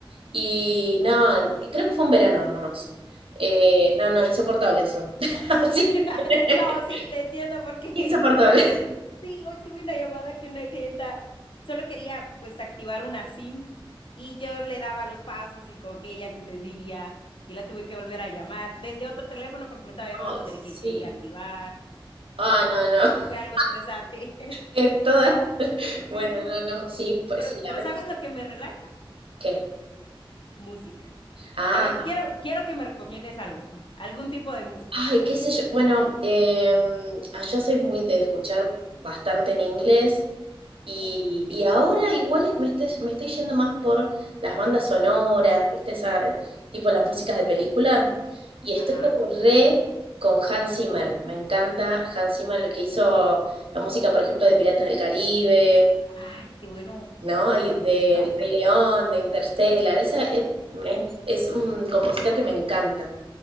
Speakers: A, on the right; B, on the left.
A: Y no, creo que fue un verano nomás. Eh, no, no, insoportable eso. <laughs> Así
B: <laughs>
A: que,
B: No, sí, te entiendo porque
A: insoportable.
B: hoy, sí, hoy tuve una llamada que una clienta solo quería pues activar una SIM y yo le daba los pasos y como que ella no entendía y la tuve que volver a llamar desde otro teléfono porque me estaba llamando
A: Ay,
B: del
A: sí.
B: que quería activar.
A: Ah, no, no. <laughs>
B: Fue algo estresante. <laughs>
A: Es toda. Bueno,
B: Sí,
A: no, no. Sí, pues
B: pero,
A: sí,
B: pero
A: a veces.
B: ¿sabes lo que me relaja?
A: ¿Qué?
B: Música.
A: Ah,
B: A ver, quiero, quiero que me recomiendes algo, <laughs> algún tipo de música.
A: Ay, qué sé yo. Bueno, eh, ah, yo soy muy de escuchar bastante en inglés y,
B: Uy,
A: y ahora igual es- me estoy, me estoy yendo más por las bandas sonoras, ¿viste? Esa, tipo las músicas de películas. Y estoy
B: ajá.
A: como re con Hans Zimmer. Me encanta Hans Zimmer, el que hizo la música, por ejemplo, de Piratas del Caribe,
B: Ay, qué bueno.
A: ¿no? Y del
B: No,
A: Rey León, de Interstellar. Esa, eh, es es un compositor que me encanta.